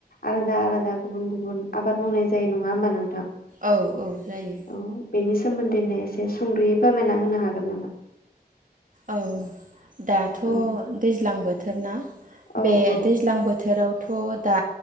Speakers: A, on the left (about 65°); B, on the right (about 50°).
A: आलादा आलादा गुबुन गुबुन आबाद मावनाय जायो नङा होमबा नोंथां?
B: औ औ जायो।
A: औ बेनि सोमोन्दैनो एसे सुंदुयै फोरमायना होनो हागोन नामा?
B: औ दाथ'
A: औ
B: दैज्लां बोथोर ना
A: औ
B: बे
A: औ
B: दैज्लां बोथोर रावथ' दा